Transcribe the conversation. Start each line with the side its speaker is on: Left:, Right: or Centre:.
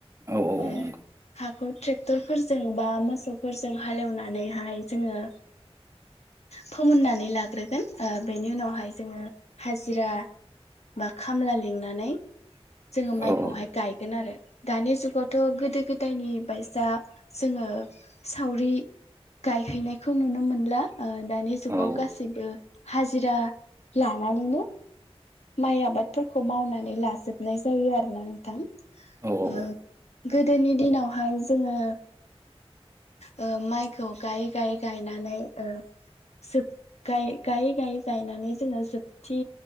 Right: औ औ
Left: ओ
Right: नों
Left: हाखौ ट्रेक्टरफोरजों बा मोसौफोरजों हालेवनानैहाय जोङो फोमोननानै लाग्रोगोन ओ बेनि उनावहाय जोङो हाजिरा बा खामला लिंनानै जोङो माइखौहाय
Right: औ औ
Left: गायगोन आरो दानि जुगावथ' गोदो गोदायनि बाय दा जोङो सावरि गायहैनायखौ नुनो मोनला ओ दानि ओ जुगाव
Right: औ
Left: गासैबो हाजिरा लानानैनो माइ आबादफोरखौ मावनानै लाजोबनाय जायो आरोना नोंथां
Right: औ
Left: ओ
Right: औ औ
Left: गोदोनि दिनावहाय जोङो ओ माइखौ गायै गायै गायनानै ओ सोब गायै गायै गयै गायनानै जोङो जोबथि